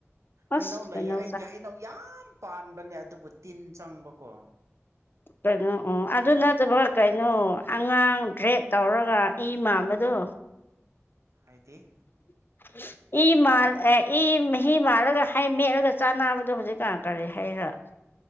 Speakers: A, on the left; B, on the right.
A: ꯑꯁ
B: ꯍꯩꯅꯧ ꯂꯩꯌꯦ
A: ꯀꯩꯅꯣ
B: ꯑꯩꯒꯤ ꯍꯩꯅꯧ ꯌꯥꯝ ꯄꯥꯟꯕꯅꯦ ꯑꯗꯨꯕꯨ ꯇꯤꯟ ꯆꯪꯕꯀꯣ
A: ꯀꯩꯅꯣ ꯑꯣ ꯑꯗꯨ ꯅꯠ ꯅꯠꯇꯕ ꯀꯩꯅꯣ ꯑꯉꯥꯡ ꯗ꯭ꯔꯦꯛ ꯇꯧꯔꯒ ꯏ ꯃꯥꯟꯕꯗꯣ
B: ꯍꯥꯏꯗꯤ
A: <inaudible> ꯏ ꯃꯥꯟ ꯑꯦ ꯏ ꯃꯍꯤ ꯃꯥꯜꯂꯒ ꯍꯩ ꯃꯦꯠꯂꯒ ꯆꯥꯅꯕꯗꯣ ꯍꯧꯖꯤꯛ ꯀꯥꯟ ꯀꯔꯤ ꯍꯩꯔꯥ